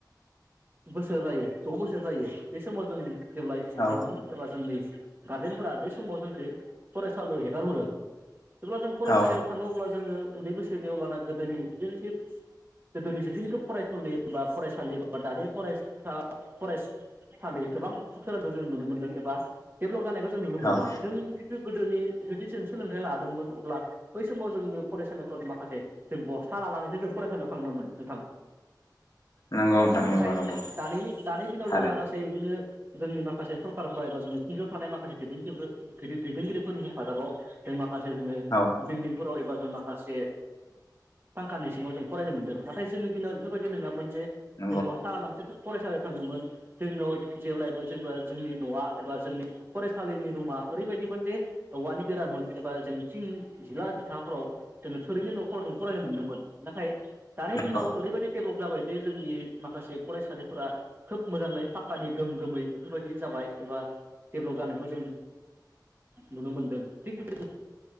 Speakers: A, on the right; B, on the left.
A: <inaudible> बोसोर जायो द' बोसोर जायो बे समाव जों जेब्ला इस्कुलाव
B: औ
A: थांदोंमोन एबा जोंनि गारजेनफोरा बे समाव जोंखो फरायसालियाव हेगारहरो। जेब्ला जों फरायसालियाव
B: औ
A: थाङो अब्ला जोङो उन्दै बोसोनि अब्लाना गोदोनि जुदुनिखि गोदोनि जेथुनिखि फरायसलि एबा फरायसालि बा दानि फरायसाफ्रा फरायसालि गोबां सोलोंखौ जों नुनो मोनदों एबा डेभेलप जानायखौ जों नुनो मोनदों
B: औ
A: जों गोदोनि जुदि जों सोलोंथाइ लादोंमोन अब्ला बै समाव जोङो फरायसालिफोराव माखासे जों बस्था लानानैसो जों फरायसालियाव थांङोमोन नोंथां।
B: नंगौ नोंथां
A: नाथाय
B: नंगौ नंगौ
A: दानि दानि दिनाव
B: थारैनो
A: जों माखासे इदिनो जोंनि माखासे सरखारफोरा एबा जोंनि खुंगायाव थानाय माखासे दैदेनगिरिफोर-दैदेनगिरिफोरनि हेफाजाबाव जों माख फारसे जोङो
B: औ
A: बिल्डिं फोराव एबा जों माखासे फांखानि सिङाव जों फरायनो मोनदों नाथाय जोंनि दिनाव जोबोद दि नङामोन जे
B: नंगौ
A: जों बस्था लानानैसो सो फरायसालियाव थाङोमोन। जोंनाव जेब्लायबो जेबो जोंनि न'आ एबा जोंनि फरेस्ट सालिनि रुमा ओरैबायदिमोन जे औवानि बेरामोन एबा जों थिं जिला जिथाफोराव जोङो थोरिनि न'फोराव फरायनो मोनदोंमोन नाथाय दानि
B: नंगौ
A: दिनाव ओरैबायदि जाबाय दे जोंनि माखासे फरायसालिफोरा खोब मोजाङै पाक्कानि गोम गोम बेफोरबायदि जाबाय एबा डेभेलप जानायखौ जों नुनो मोनदों थिग बे